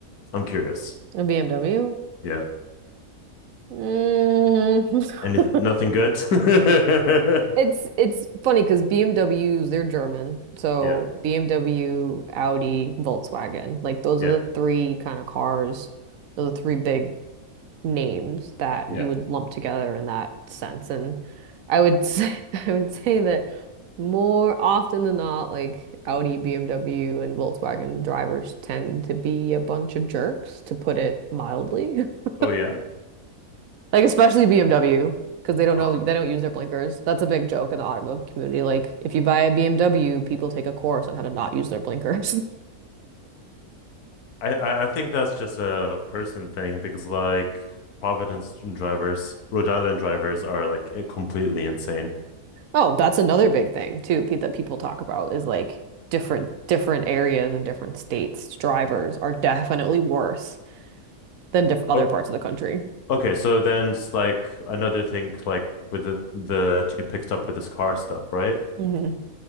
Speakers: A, on the left; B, on the right.
A: I'm curious.
B: A BMW.
A: Yeah.
B: Mm. <laughs>
A: Anything, nothing good? <laughs>
B: It's it's funny because BMWs, they're German. So
A: Yeah.
B: BMW, Audi, Volkswagen, like those
A: Yeah.
B: are the three kind of cars, those are the three big names that
A: Yeah.
B: you would lump together in that sense. And I would say, <laughs> I would say that more often than not, like Audi, BMW, and Volkswagen drivers tend to be a bunch of jerks, to put it mildly. <laughs>
A: Oh yeah.
B: Like especially BMW because they don't
A: Oh,
B: know they don't use their blinkers. That's a big joke in the automotive community. Like if you buy a BMW, people take a course on how to not use their blinkers. <laughs>
A: I I I think that's just a person thing because like Providence drivers, Rhode Island drivers are like completely insane.
B: Oh, that's another big thing too pe that people talk about is like different different areas and different states. Drivers are definitely worse than diff other
A: Oh,
B: parts of the country.
A: Okay, so then it's like another thing, like with the the that you picked up with this car stuff, right?
B: hmm